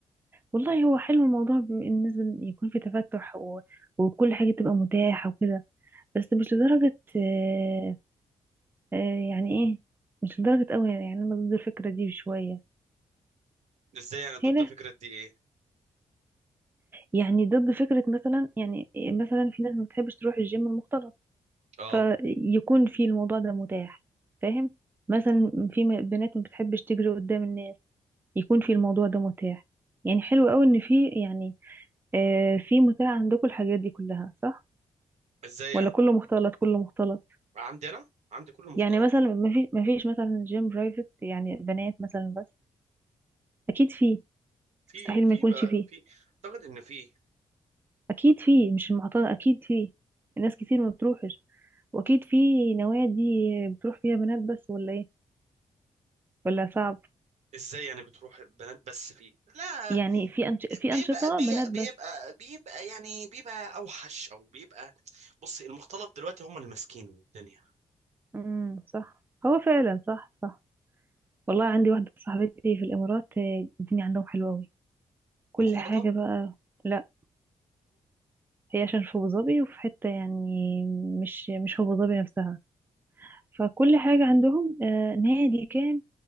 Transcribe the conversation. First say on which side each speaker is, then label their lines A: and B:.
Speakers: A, on the right (about 20°); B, on the right (about 75°).
A: والله هو حلو الموضوع بالنسبه إن يكون في تفتح و... وكل حاجه تبقى متاحه وكده بس مش لدرجه آه... آه... يعني ايه مش لدرجه قوي يعني يعني انا ضد الفكره دي شويه
B: ازاي يعني ضد
A: هنا
B: فكرة دي ايه
A: يعني ضد فكره مثلا يعني إيه، مثلا في ناس ما بتحبش تروح الجيم المختلط
B: اه
A: فيكون في الموضوع ده متاح فاهم مثلا في م- بنات ما بتحبش تجري قدام الناس يكون في الموضوع ده متاح يعني حلو قوي ان في يعني آه في متاح عندكم الحاجات دي كلها صح
B: ازاي
A: ولا
B: يعني
A: كله مختلط كله مختلط
B: عندي انا عندي كله مختلط
A: يعني مثلا ما في ما فيش مثلا جيم برايفت يعني بنات مثلا بس اكيد فيه
B: في
A: مستحيل
B: في
A: ما يكونش
B: بقى
A: فيه
B: في اعتقد ان في
A: اكيد فيه مش المعترض اكيد فيه الناس كتير ما بتروحش واكيد في نوادي بتروح فيها بنات بس ولا ايه ولا صعب
B: ازاي يعني بتروح بنات بس فيه لا
A: يعني في أنش... في
B: بيبقى
A: أنشطة
B: بيبقى
A: بنات بس
B: بيبقى, بيبقى يعني بيبقى اوحش او بيبقى بص المختلط دلوقتي هم اللي ماسكين الدنيا
A: امم صح هو فعلا صح صح والله عندي واحدة صاحبتي في الإمارات آه، الدنيا عندهم حلوة أوي كل
B: المختلطة
A: حاجة بقى لا هي عشان في أبو ظبي وفي حتة يعني مش مش أبو ظبي نفسها فكل حاجة عندهم آه، نادي كامل